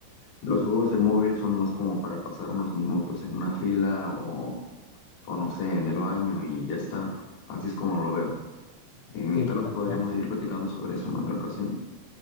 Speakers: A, on the left; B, on the left.
A: Los juegos de móvil son más como para pasar unos minutos en una fila o, o no sé, en el baño y ya está. Así es como lo veo. Eh,
B: Sí,
A: tal
B: tal
A: vez podríamos
B: cual.
A: seguir platicando sobre eso en otra ocasión.